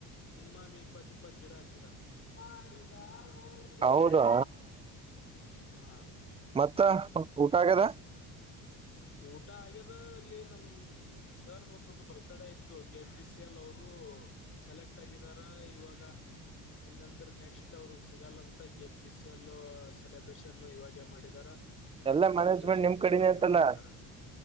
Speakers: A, on the left; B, on the right.
A: ಮಿನಿಮಮ್ ಇಪ್ಪತ್ ಇಪ್ಪತ್ ಗಿಡ ಹಚ್ಚಿದಾರ. ಮಾಡಗ
B: ಹೌದಾ
A: ಕಾಲ ಹ <unintelligible>
B: ಮತ್ತ ಊಟ ಆಗದ.
A: ಊಟ ಆಗ್ಯದ ಅಲ್ಲಿ ನಮ ಸರರ್ದು ಒಬ್ರ್ದ ಬರ್ತ್ಡೇ ಇತ್ತು ಕೆ ಪಿ ಸಿ ಎಲ್ ಅವರು ಸೆಲೆಕ್ಟ್ ಆಗಿದಾರ ಇವಾಗ ಹೆಂಗಂದ್ರ ನೆಕ್ಸ್ಟ್ ಅವರು ಸಿಗಲ್ಲಂತ ಕೆ ಪಿ ಸಿಲ್ ಸೆಲೆಬ್ರೇಷನ್ ಇವಾಗ ಮಾಡಿದಾರ. ಬರ್ಡೇ
B: ಎಲ್ಲ
A: ಸೆಲೆಬ್ರೇಷನ್
B: ಮ್ಯಾನೇಜ್ಮೆಂಟ್ ನಿಮ್ ಕಡೆನೇ
A: ಇವಾಗೆ
B: ಅಂತಲ್ಲ
A: ಮಾಡಿದ್ದಾರೆ.